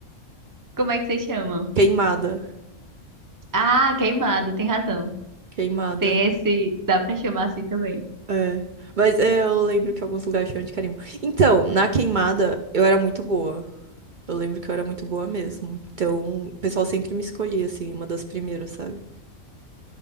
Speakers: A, on the right (about 20°); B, on the right (about 60°).
A: Como é que vocês chamam?
B: Queimada.
A: Ah, queimada, tem razão.
B: Queimada.
A: Tem esse. Dá pra chamar assim também.
B: É. Mas é, eu lembro que alguns lugares chamam de carimbo. Então, na queimada, eu era muito boa. Eu lembro que eu era muito boa mesmo. Então, o pessoal sempre me escolhia, assim, uma das primeiras, sabe?